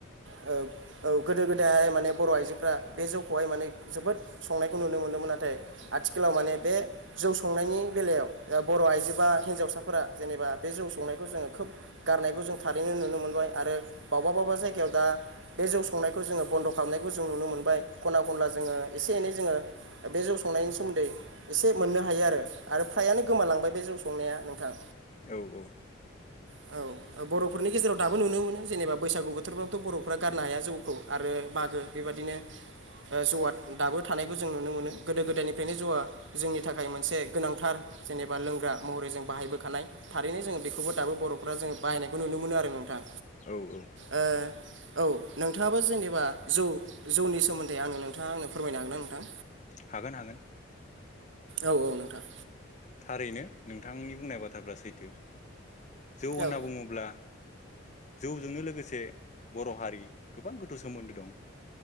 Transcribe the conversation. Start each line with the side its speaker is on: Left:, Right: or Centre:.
Right: औ औ गोदो गोदायहाय माने बर' आइजोफ्रा बे जौखौहाय माने जोबोद संनायखौ नुनो मोनदोंमोन नाथाय आथिखालाव माने बे जौ संनायनि बेलायाव बर' आइजो बा हिन्जावसाफोरा जेनेबा बे जौ संनायखौ जोङो खोब गार खौ जों थारैनो नुनो मोनबाय आरो बबाब जायगायाव दा बे जौ संनायखौ जोङो बन्द' खालाम फामनायखौ जों नुनो मोनबाय खना खनला जोङो एसे एनै जोङो बे जौ संनायनि सोमोन्दै एसे मोननो हायो आरो फ्रायानो गोमालांबाय बे जौ संनाया नोंथां
Left: औ औ
Right: औ बर'फोरनि गेजेराव दाबो नुनो मोनो जेनेबा बैसागु बोथोरबबोथ' बर'फ्रा गारनो हाया जौखौ आरो बागो बेबदिनो जौआ दाबो थानायखौ जों नुनो मोनो गोदो गोदायनिफ्रायनो जौआ जोंनि थाखाय मोनसे गोनांथार जेनेबा लोंग्रा महरै जों बाहायबोखानाय थारैनो जोङो बेखौबो दाबो बर'फ्रा जोङो बाहायनायखौ नुनो मोनो आरो नोंथां।
Left: औ औ
Right: ओ औ नोंथाङाबो जेनेबा जौ जौनि सोमोन्दै आंनो नोंथाङा आंनो फोरमायनो हागोन ना नोंथां।
Left: हागोन हागोन।
Right: औ औ नोंथां
Left: थारैनो नोंथांनि बुंनाय बाथ्राफ्रा सैथो जौ होनना
Right: औ
Left: बुङोब्ला। जौजोंनो लोगोसे बर' हारि गोबां गोथौ सोमोन्दो दं।